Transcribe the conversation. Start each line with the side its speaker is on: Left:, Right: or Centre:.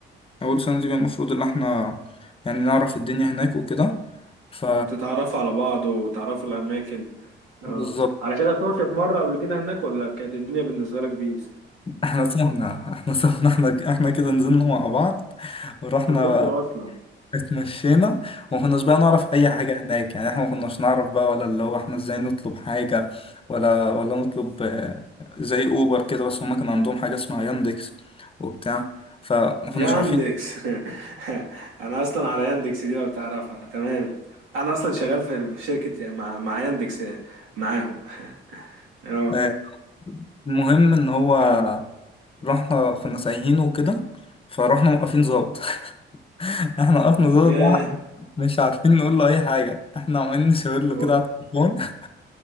Left: اول سنه دي بقى المفروض ان احنا يعني نعرف الدنيا هناك وكده ف
Right: وبتتعرفوا على بعض وتعرفوا الاماكن اه
Left: بالظبط
Right: على كده طلعت في مرة قبل كده هناك ولا كانت الدنيا بالنسبة لك بيس
Left: <laughs> احنا تهنا احنا تهنا احنا احنا كده نزلنا مع بعض ورحنا
Right: كلكم اصلا
Left: اتمشينا وما كناش بقى نعرف اي حاجه هناك يعني احنا ما كناش نعرف بقى ولا اللي هو احنا ازاي نطلب حاجه ولا ولا نطلب آه، زي اوبر كده بس هما كان عندهم حاجه اسمها ياندكس وبتاع فما
Right: ياندكس
Left: كناش عارفين
Right: <laughs> انا اصلا على ياندكس دي لو تعرفها تمام انا اصلا شغال في في شركة مع مع ياندكس معاهم <laughs> اه
Left: آه، المهم ان هو
Right: كم
Left: رحنا كنا سايحين وكده فرحنا موقفين ظابط <laughs> احنا وقفنا ظابط
Right: ياه
Left: مش عارفين نقول له اي حاجه احنا عمالين نشاور له
Right: و-
Left: كده على التليفون <laughs>